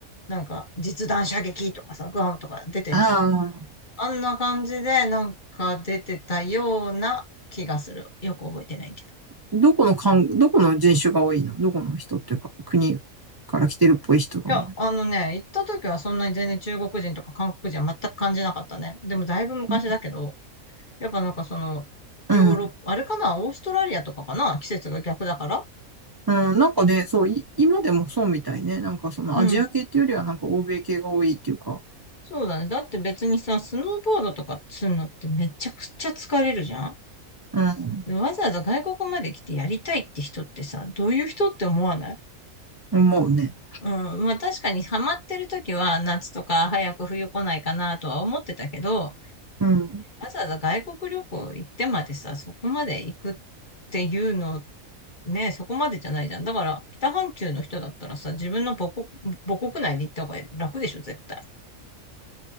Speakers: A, on the left; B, on the right.
A: なんか実弾射撃とかさ、グアムとか出てんじゃん。
B: ああ。
A: あんな感じでなんか出てたような気がする。よく覚えてないけど。
B: どこのかん、どこの人種が多いのどこの人っていうか、国から来てるっぽい人が多いの
A: いや、あのね、行った時はそんなに全然中国人とか韓国人は全く感じなかったね。でもだいぶ昔だけど、
B: うん
A: やっぱなんかその、
B: うん。
A: ヨーロッパ、あれかな、オーストラリアとかかな、季節が逆だから。
B: なんかね、そう、い今でもそうみたいね。なんかそのアジア系っていうよりはなんか欧米系が多いっていうか、
A: うんそうだね。だって別にさ、スノーボードとかするのってめちゃくちゃ疲れるじゃん
B: うん、
A: でわざわざ外国まで来てやりたいって人ってさ、どういう人って思わない
B: 思うね。
A: うん。まあ確かにハマってる時は夏とか早く冬来ないかなとは思ってたけど、
B: うん。
A: わざわざ外国旅行行ってまでさ、そこまで行くっていうの、ね、そこまでじゃないじゃん。だから北半球の人だったらさ、自分の母国、母国内で行った方が楽でしょ、絶対。